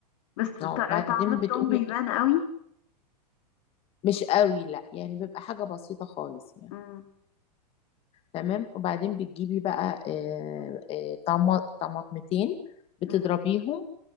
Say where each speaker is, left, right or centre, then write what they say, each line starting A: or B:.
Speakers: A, on the left; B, on the left.
A: بس ط-
B: اه بعدين
A: طعم التوم
B: بتقومي
A: بيبان قوي
B: مش قوي لا يعني بيبقى حاجة بسيطة خالص يعني
A: مم،
B: تمام وبعدين بتجيبي بقى آه، آه، طما- طماطمتين
A: مم.
B: بتضربيهم